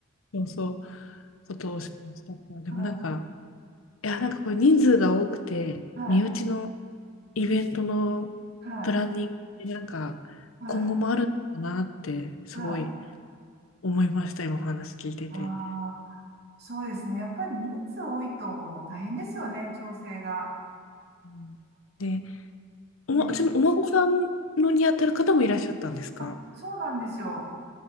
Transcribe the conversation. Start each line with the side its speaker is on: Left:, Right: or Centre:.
Left: そうそう、ことをしました。でもなんか、
Right: は
Left: いや、なんかこれ人数が多くて、
Right: い。はい。
Left: 身内のイベントのプランニングってなんか、
Right: はい。はい。
Left: 今後もあるんだなって、すごい
Right: はい。
Left: 思いました、今お話聞いてて。
Right: ああ、そうですね。やっぱり人数多いと大変ですよね、調整が。
Left: うんでおま、
Right: ね
Left: ちなみにお孫さんのにあたる方もいらっしゃったんですか
Right: あ、そうなんですよ。